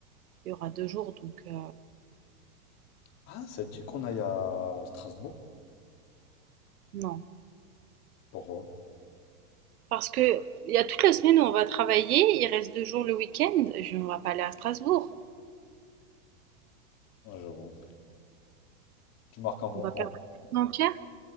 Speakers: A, on the right (about 80°); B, on the left (about 40°).
A: il y aura deux jours, donc euh,
B: Ah, ça te dit qu'on aille à Strasbourg?
A: non.
B: Pourquoi?
A: Parce que il y a toute la semaine où on va travailler, il reste deux jours le week-end, je- on va pas aller à Strasbourg.
B: Ouais, j'avoue. Tu marques un bon
A: On va
B: point.
A: perdre la journée entière.